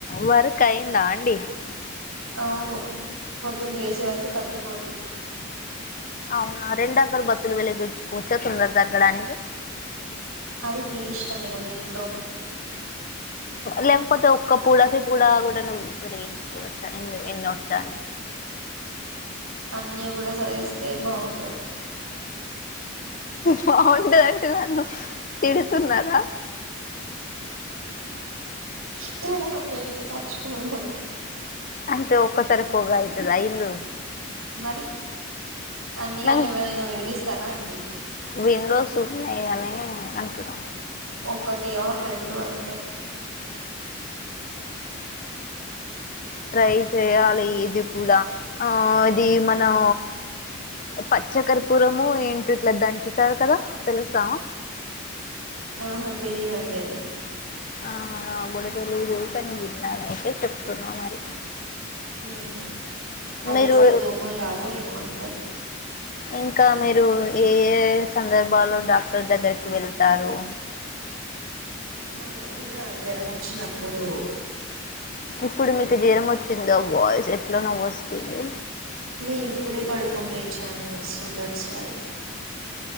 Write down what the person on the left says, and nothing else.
వర్క్ అయిందా అండి
అవునా రెండ అగరు బత్తులు వెలిగచుకో చేతులు నొప్పి తగ్గడానికి
లేెంపోతే ఒక పడకి కూడాూ కూడా వెలిగించుకోవచ్చా ఎ ఎన్నో వస్తాన్ని
బాగుంటదంటే నన్ను తిడుతున్నారా
అంటే ఒక్కసారి పోగా అయితుదా ఇల్లు
మ
విండోస్ ఉన్నాయ్ అని కదా
ట్రై చేయాలి ఇది కూడా ఆ ఇది మనం పచ్చ కర్పూరము ఏంటో ఇట్లా దంచుతారు కదా తెలుసా
ఆ కూడా తెలిదు పని జిందని అయితేతే చెప్పుకున్నా మరి
మీరు
ఇంకా మీరు ఏ ఏ సందర్భాలో డాక్టర్ దగ్గరకి వెళ్తారు
ఇప్పుడు మీకు జీరం వచ్చిందో వాయిస్ ఎట్లా నవ్వు వస్తుంది